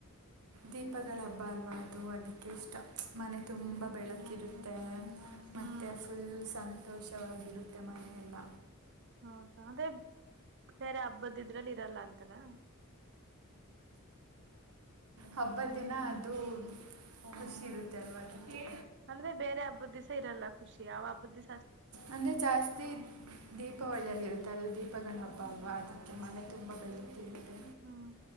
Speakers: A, on the right; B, on the right.
A: ದೀಪಗಳ ಹಬ್ಬ ಅಲ್ವಾ ಅದು ಅದಕ್ಕೆ ಇಷ್ಟ ಮನೆ ತುಂಬ ಬೆಳಕಿರುತ್ತೆ ಮತ್ತು
B: ಹ್ಮ್
A: ಫುಲ್ ಸಂತೋಷವಾಗಿರುತ್ತೆ ಮನೆಯೆಲ್ಲ.
B: ಹೌದಾ ಅಂದೆ ಬೇರೆ ಹಬ್ಬದ ಇದ್ರಲ್ಲಿ ಇರಲ್ಲ ಅಂತನಾ
A: ಹಬ್ಬ ದಿನ ಅದು ಖುಷಿ ಇರುತ್ತೆ ಅಲ್ವದಕ್ಕೆ
B: ಅಂದ್ರೆ ಬೇರೆ ಹಬ್ಬದ ದಿವಿಸ ಇರಲ್ಲ ಖುಷಿ ಅವ ಹಬ್ಬದ ದಸ
A: ಅಂದ್ರೆ ಜಾಸ್ತಿ ದೀಪ ಒಳ್ಳಿಯಲ್ಲಿ ಇರುತ್ತೆ ಅದು ದೀಪಗಳ ಹಬ್ಬ ಭಾಗುವ ಅದಕ್ಕೆ ಮನೆ ತುಂಬ ಬೆಳುತ್ತಿರುತ್ತೆ
B: ಹ್ಮ್